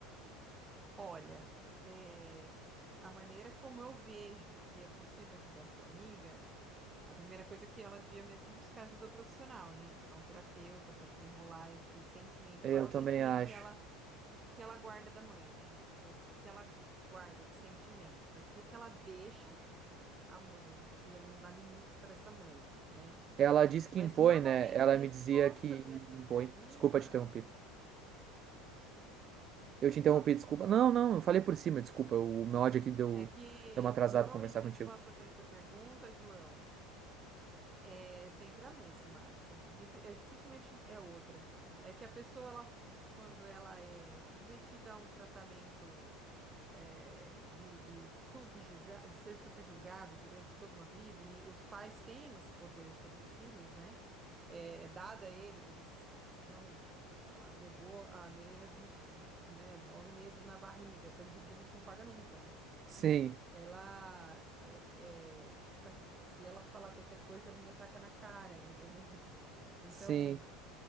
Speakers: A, on the right (about 25°); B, on the right (about 40°).
A: Olha, é, a maneira como eu vejo que é possível ajudar sua amiga, a primeira coisa é que ela devia mesmo buscar ajuda profissional, né? Buscar um terapeuta para desenrolar esse sentimento.
B: Eu
A: Qual é o
B: também
A: sentimento
B: acho.
A: que ela, que ela guarda da mãe, né? O que que ela guarda de sentimento? Por que que ela deixa a mãe e ela não dá limites para essa mãe, né?
B: Ela diz que
A: Mas
B: impõe,
A: normalmente
B: né? Ela
A: a resposta
B: me dizia que
A: para essa
B: impõe.
A: pergunta,
B: Desculpa te interromper. Eu
A: pode
B: te interrompi,
A: falar,
B: desculpa. Não, não, eu falei por cima, desculpa. O meu ódio aqui deu,
A: é que
B: deu uma atrasada
A: normalmente
B: conversar
A: a resposta
B: contigo.
A: para essa pergunta, João, é sempre a mesma, assim, Difi- é dificilmente é outra. É que a pessoa ela, quando ela é submetida a um tratamento eh, de, de subjugar, de ser subjugado durante toda uma vida, e os pais têm esse poder sobre os filhos, né? É, é dada a eles, eles, eles realmente, se- ela levou a menina 20 né, nove meses na barriga, essa dívida a gente não paga nunca, né?
B: Sim,
A: Ela, é, é, tá- se ela falar qualquer coisa, ela ainda taca na cara ainda, né? Então,
B: sim,